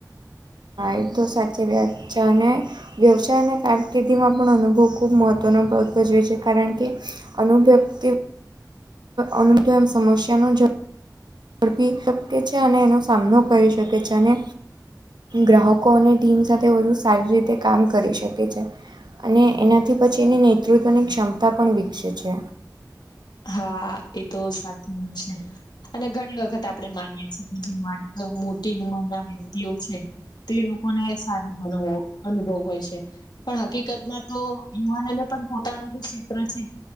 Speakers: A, on the right; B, on the left.
A: એ તો સાચી વાત છે અને વ્યવસાય અને કારકિર્દીમાં પણ અનુભવ ખૂબ મહત્ત્વનો ભાગ ભજવે છે કારણ કે અનુભ વ્યક્તિ અન તો એમ સમસ્યાનો જ ઝડપી શકે છે અને એનો સામનો કરી શકે છે અને ગ્રાહકો અને ટીમ સાથે વધુ સારી રીતે કામ કરી શકે છે અને એનાથી પછી એની નેતૃત્વની ક્ષમતા પણ વિકસે છે
B: હા એતો સાચી વાત છે અને ઘણી વખત આપણે માનીએ છીએ, કેજે મોટી ઉંમરના વ્યક્તિઓ છે તે લોકોને સારું ભડવો અનુભવ હોય છે પણ હકીકતમાં તો યુવાનોને પણ પોતાનો જે ચિત્ર છે,